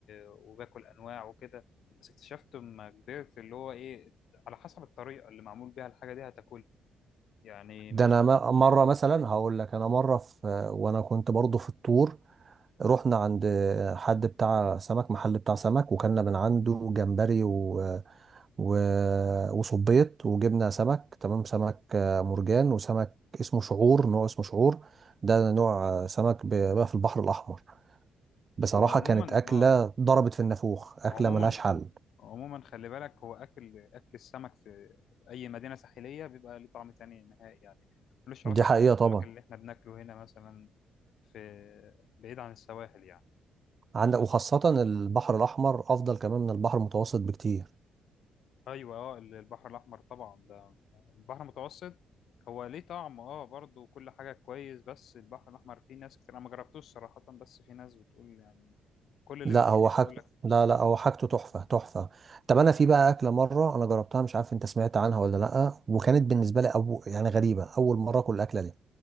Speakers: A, on the left; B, on the right.
A: وباكل انواع وكده بس اكتشفت لما كبرت اللي هو ايه على حسب الطريقه اللي معمول بيها الحاجه دي هتاكلها يعني
B: ده
A: مش
B: انا م- مره مثلا هقول لك انا مره في آه، وانا كنت برضو في الطور رحنا عند حد بتاع سمك محل بتاع سمك وكلنا من عنده جمبري و... و... وصبيط وجبنا سمك تمام سمك آه، مرجان وسمك اسمه شعور نوع اسمه شعور ده نوع آه، سمك ب- بقى في البحر الأحمر بصراحة
A: هو عموما
B: كانت أكلة
A: اه
B: ضربت في النافوخ أكلة
A: عموما
B: ملهاش حل
A: عموما خلي بالك هو اكل اكل السمك في اي مدينه ساحليه بيبقى ليه طعم تاني نهائي يعني ملوش
B: دي
A: علاقه
B: حقيقة
A: بالسمك
B: طبعا
A: اللي احنا بناكله هنا مثلا في بعيد عن السواحل يعني
B: عندك وخاصة البحر الأحمر أفضل كمان من البحر المتوسط بكتير
A: ايوه اه البحر الاحمر طبعا ده البحر المتوسط هو ليه طعم اه برضه كل حاجه كويس بس البحر الاحمر فيه ناس كتير انا ما جربتوش صراحه بس في ناس بتقول يعني كل اللي
B: لا
A: بيجرب
B: هو حاجته
A: يقول لك
B: لا لا هو حاجته تحفة تحفة طب انا في بقى اكلة مرة انا جربتها مش عارف انت سمعت عنها ولا لا وكانت بالنسبة لي أبو يعني غريبة اول مرة اكل الاكلة دي